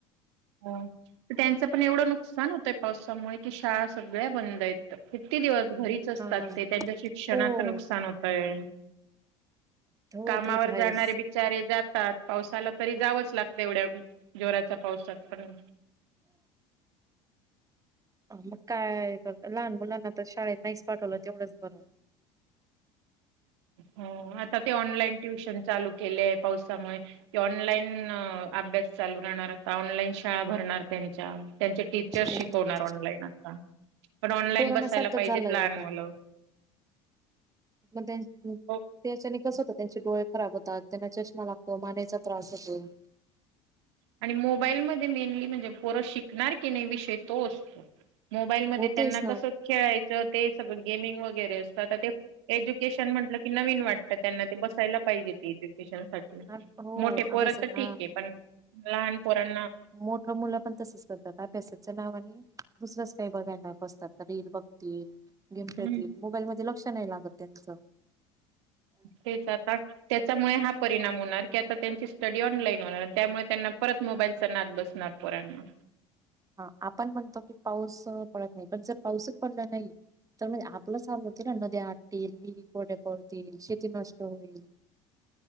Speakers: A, on the right; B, on the right.
A: ह तर त्यांचं पण एवढं नुकसान होतंय पावसामुळे की शाळा सगळ्या बंद आहेत किती दिवस घरी. असतात
B: हा
A: ते त्यांच्या शिक्षणाचं
B: हो
A: नुकसान होतंय.
B: हो
A: कामावर
B: ते तर आहेच.
A: जाणारे बी बीचारे जातात पाऊस आला तरी जावंच लागतं एवढ्या जोराच्या पावसात पण.
B: मग काय कर लहान मुलांना तर शाळेत नाहीच पाठवलं तेवढंच बरं.
A: हो आता ते ऑनलाईन ट्युशन चालू केलेय पावसामुळे. कि ऑनलाईन अभ्यास चालू राहणार आता ऑनलाईन शाळा भरणार त्यांच्या. त्यांचे टीचर
B: हो.
A: शिकवणार ऑनलाईन आता पण ऑनलाईन
B: कोरोना
A: बसायला
B: सारखंच
A: पाहिजे
B: झालंय
A: लहान
B: आता
A: मुलं.
B: पण
A: हो
B: त्याच्याने कस होत त्यांचे डोळे खराब होतात. त्यांना चष्मा लागतो मानेचा त्रास होतो.
A: आणि मोबाईलमध्ये मेनली म्हणजे पोरं शिकणार की नाही विषय तो असतो. मोबाईलमध्ये
B: होतेच
A: त्यांना
B: ना
A: कसं खेळायचं ते सगळं गेमिंग वगैरे असतं ते. एज्युकेशन म्हटलं की नवीन वाटतं त्यांना ते बसायला पाहिजेत. ट्युशन साठी
B: हो
A: मोठे पोरंतर
B: अभ्यास हा
A: ठीक आहे पण लहान पोरांना
B: मोठं मुलं पण तसंच करतात अभ्यासाच्या नावाने दुसरंच काही बघायला बसतात रील बघतील. गेम खेळतील
A: हम्म
B: मोबाईल मध्ये लक्ष नाही लागत त्यांचं.
A: तेच आता त्याच्यामुळे हा परिणाम होणार की आता त्यांची स्टडी ऑनलाईन होणार त्यामुळे त्यांना परत मोबाईलचा नाद बसणार. पोरांना
B: हा आपण म्हणतो की पाऊस पडत नाही पण जर पाऊसच पडला नाही. तर म्हणजे आपलं हाल होते ना नद्या आटतील विहिरी कोरड्या पडतील शेती नष्ट होईल.